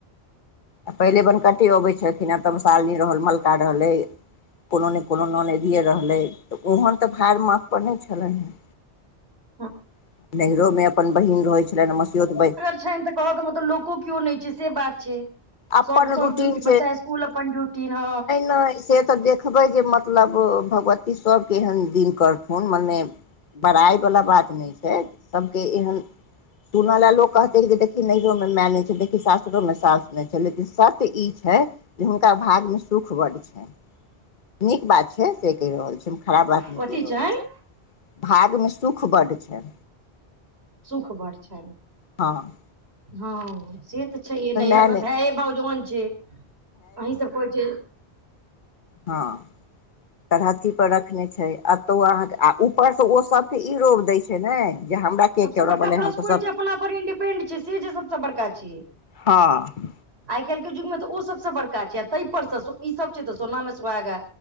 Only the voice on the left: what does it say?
आ पहिले बनकटीम अबै छलखिन तमसाइल नै रहल मलका रहलै कोनो ने कोनो नोनेदीये रहलै तऽ ओहन तऽ भार माथ पर नै छैलनि है।
<inaudible> नैहरो मे अपन बहिन रहै छलैन हऽ अपन मसियौत बहिन।
अपन
रूटीन
नै से तऽ देखबै जे मतलब भगवती सब केँ यैहन दिन करथिन। हाँ मने बड़ाइ बला बात नै छैय सब केँ ऐहन। सुनले लोग कहते देखी नैहरो माय न छैय देखी सासुरो में सास। लेकिन सत्य इऽ छैय जे हुनका भाग्य मे सूख बड्ड छैनि। नीक बात छै तै कहि रहल छी हम खराब बात नै
कैह रहल
छी भाग्य मे सुख बड्ड छै
हाँ
माय
नहि
हाँ तरहथी पर रखने छै अतौ अहाँक आ ऊपर से ओ सबके ई लोभ दै छै ने जे हमरा के
करऽ
बला
हम
तऽ सब
हँ